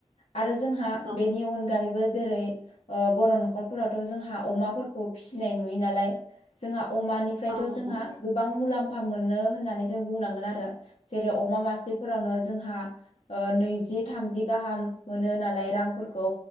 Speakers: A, on the left (about 85°); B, on the right (about 45°).
A: आरो जोंहा
B: औ
A: बेनि अनगायै बो जेरै ओ बर' न'खरफोरावथ' जोंहा अमाफोरखौ फिसिनाय नुयो नालाय जोंहा अमानिफ्रायथ'
B: औ नोंथां
A: जोङो गोबां मुलाम्फा मोनो होननानै जों बुंनांगोन आरो जेरै अमा मासेफोरावनो जोंहा नैजि थामजि गाहाम मोनो नालाय रांफोरखौ